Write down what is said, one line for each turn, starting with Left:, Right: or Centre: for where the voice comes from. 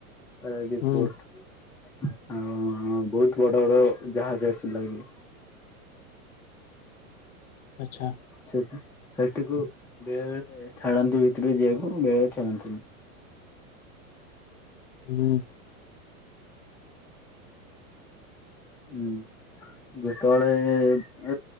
Centre: ପାରାଦୀପ
Left: ହୁଁ
Centre: ପୋର୍ଟ ଆଉ ବହୁତ ବଡ ବଡ ଜାହାଜ ଆସି ଲାଗେ।
Left: ଆଛା।
Centre: ସେଠ ସେଠିକୁ ବେଳେ ବେଳେ ଛାଡନ୍ତି ଭିତରୁ ଯିବାକୁ ବେଳେଳେ ଛାଡନ୍ତିନି।
Left: ହୁଁ।
Centre: ହୁଁ ଯେତେବେଳେ